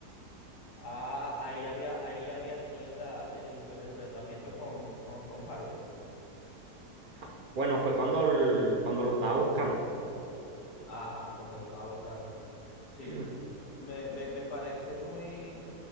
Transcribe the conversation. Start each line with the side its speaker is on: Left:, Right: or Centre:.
Left: Ah, ahí ya había, ahí ya había tenido la, el, el enfrentamiento con, con Tom Hardy.
Right: Ja. Bueno, fue cuando, el- cuando lo estaba buscando.
Left: Ajá, cuando lo estaba buscando.
Right: <clears throat>
Left: Sí, me, me, me parece muy...